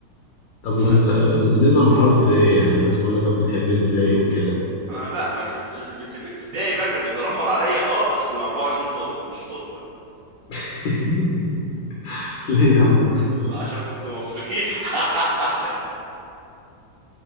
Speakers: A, on the left; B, on the right.
A: طب
B: فلا
A: وال... بالنسبة للمرحلة الابتدائية يعني الناس كلها كانت بتحب الابتدائي وكده
B: انا لا انا كنت في البت- الابتدائي بقى كان بيتنمر عليا اه بس من 24 طالب مش طالب واحد
A: <laughs> ليه يا عم
B: عشان كنت مصري <laughs>